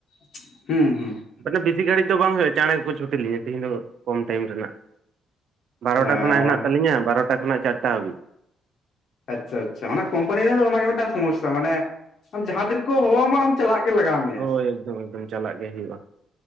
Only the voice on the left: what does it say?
<inaudible> ᱦᱩᱸ ᱦᱩᱸ ᱾
ᱦᱮᱸ
ᱟᱪᱪᱷᱟ ᱟᱪᱪᱷᱟ ᱚᱱᱟ ᱠᱚᱢᱯᱟᱹᱱᱤ ᱨᱮᱱᱟᱜ ᱫᱚ ᱚᱱᱟᱜᱮ ᱢᱤᱫᱴᱟᱜ ᱥᱚᱢᱚᱥᱥᱟ ᱢᱟᱱᱮ ᱟᱢ ᱡᱟᱦᱟᱸ ᱛᱤᱱ ᱨᱮᱠᱚ ᱦᱚᱦᱚᱣᱟᱢᱟ ᱟᱢ ᱪᱟᱞᱟᱜ ᱜᱮ ᱞᱟᱜᱟᱣ ᱢᱮᱭᱟ